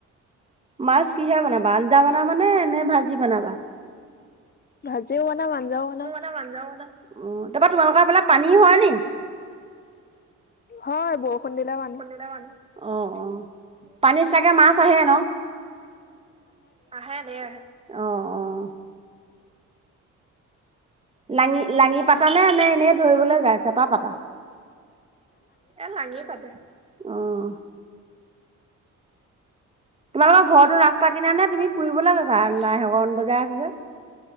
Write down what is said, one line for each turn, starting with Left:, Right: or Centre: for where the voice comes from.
Right: মাছ কিহে বনাবা আঞ্জা বনাবা নে নে ভাজি বনাবা।
Left: ভাজিও বনাও আঞ্জাও বনাম।
Right: আঞ্জাও বনাম অ' তাৰাপা তোমালোকৰ এইফালে পানী হয় নি-
Left: হয় বৰষুণ দিলে পানী।
Right: কেইটা মান অ' অ' পানীত চাগে মাছ আহে ন। আহে ধেৰ আহে। অ' লাঙি লাঙি পাতা নে নে এনেই ধৰিবলৈ যাই। চেপা পাতা এ লাঙি পাতে, অ' তোমালোকৰ ঘৰতো ৰাস্তা কিনাত নে তুমি ফুৰিবলৈ গৈছা। লাহ হৰন বজাই আছে যে।